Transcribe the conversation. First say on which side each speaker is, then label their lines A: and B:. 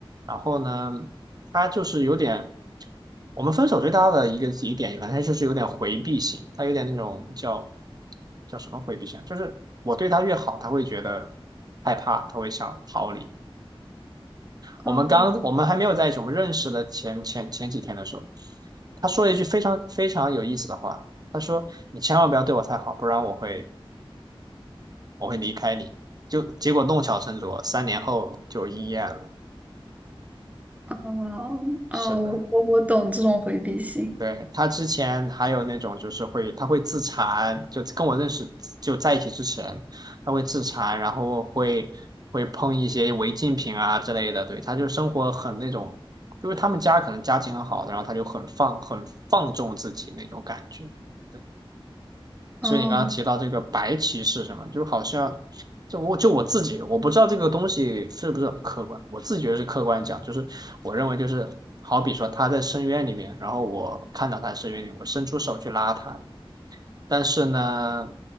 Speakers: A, on the right; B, on the right.
A: 然后呢他就是有点我们分手最大的一个疑点，反正就是有点回避型，他有点那种叫叫什么回避型啊就是我对他越好，他会觉得害怕，他会想逃离。我们刚我们还没有在一起，
B: 哦
A: 我们认识的前前前几天的时候，他说了一句非常非常有意思的话，他说：“你千万不要对我太好，不然我会我会离开你。”就结果弄巧成拙，三年后就应验了。
B: 哦哦，
A: 是的。
B: 我我我懂这种回避性。
A: 对，他之前还有那种就是会，他会自残，就跟我认识就在一起之前，他会自残，然后会会碰一些违禁品啊之类的。对，他就生活很那种，因为他们家可能家境很好的，然后他就很放很放纵自己那种感觉。对。
B: 哦
A: 所以你刚刚提到这个白棋是什么，就好像就我就我自己，我不知道这个东西是不是很客观，我自己觉得是客观讲，就是我认为就是好比说他在深渊里面，然后我看到他深渊里，我伸出手去拉他，但是呢，